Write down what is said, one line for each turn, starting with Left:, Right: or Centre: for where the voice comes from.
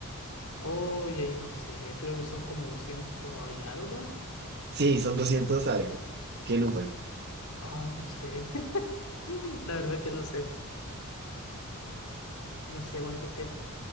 Left: Oye, ahí no sé, creo que son como 200 y algo.
Right: Sí, son 200 algo. ¿Qué número?
Left: Ay, no sé. <laughs> La verdad que no sé. No sé cuántos tiene.